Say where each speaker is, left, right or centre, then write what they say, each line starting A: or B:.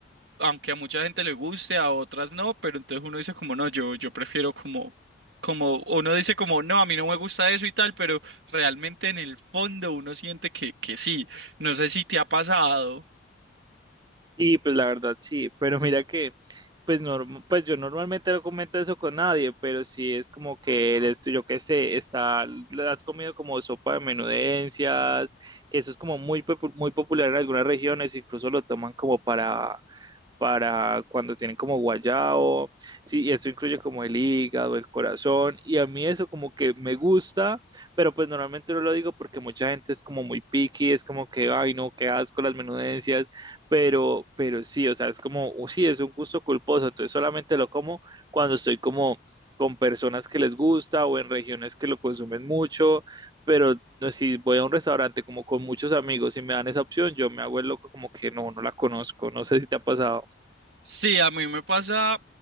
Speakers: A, on the right (about 80°); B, on the right (about 20°).
A: aunque a mucha gente le guste, a otras no, pero entonces uno dice como no, yo, yo prefiero como, como, uno dice como no, a mí no me gusta eso y tal, pero realmente en el fondo uno siente que, que sí, no sé si te ha pasado.
B: Sí, pues la verdad sí, pero mira que, pues, norm- pues yo normalmente no comento eso con nadie, pero sí es como que eres tú, yo qué sé, está, le has comido como sopa de menudencias, que eso es como muy, popu- muy popular en algunas regiones, incluso lo toman como para para cuando tienen como guayao, sí, y esto incluye como el hígado, el corazón, y a mí eso como que me gusta, pero pues normalmente no lo digo porque mucha gente es como muy picky, es como que, ay no, qué asco las menudencias, pero, pero sí, o sea, es como, "Oh, sí, es un gusto culposo, entonces solamente lo como cuando estoy como con personas que les gusta o en regiones que lo consumen mucho, pero no, si voy a un restaurante como con muchos amigos y me dan esa opción, yo me hago el loco como que no, no la conozco, no sé si te ha pasado
A: Sí, a mí me pasa,